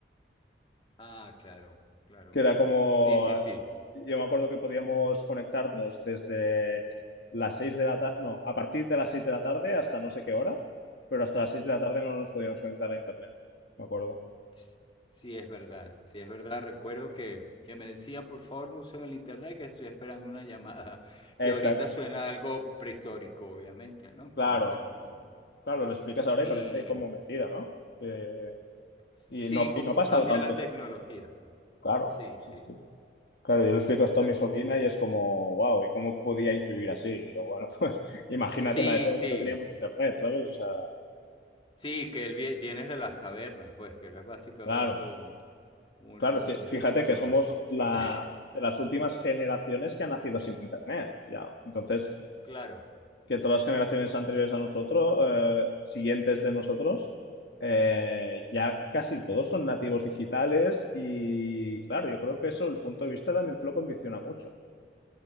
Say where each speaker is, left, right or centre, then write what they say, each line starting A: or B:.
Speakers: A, on the left; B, on the left.
A: Ah, claro, claro.
B: que era como,
A: Sí, sí, sí.
B: yo me acuerdo que podíamos conectarnos desde las 6 de la tarde, no, a partir de las 6 de la tarde hasta no sé qué hora, pero hasta las 6 de la tarde no nos podíamos conectar a internet, me acuerdo.
A: Sí, sí es verdad, sí, es verdad. Recuerdo que, que me decían, por favor, no usen el internet, que estoy esperando una llamada, <laughs> que
B: Exacto,
A: ahorita suena algo prehistórico, obviamente, ¿no?
B: claro,
A: Que no, no-
B: claro, lo explicas ahora
A: Y
B: y parece como mentira, ¿no? Eh,
A: sí,
B: y no,
A: cómo
B: y no ha pasado
A: cambia
B: tanto,
A: la tecnología.
B: tanto. Claro,
A: Sí,
B: sí,
A: sí.
B: sí. Claro, yo le explico esto
A: Tam-
B: a mi sobrina y es como, wow, ¿y cómo podíais vivir así? Y yo, bueno, <laughs> pues imagínate
A: Sí,
B: la época
A: sí,
B: que no teníamos internet, ¿sabes? O sea,
A: sí, que el vie- vienes de las cavernas, pues, que eres básicamente
B: claro.
A: un, un,
B: Claro,
A: un
B: es que fíjate
A: cromañón.
B: que somos
A: <laughs>
B: la,
A: Sí,
B: de las últimas generaciones que han nacido sin Internet, ya. Entonces,
A: claro.
B: que todas las generaciones anteriores a nosotros, eh, siguientes de nosotros, eh, ya casi todos son nativos digitales y, claro, yo creo que eso, el punto de vista también te lo condiciona mucho.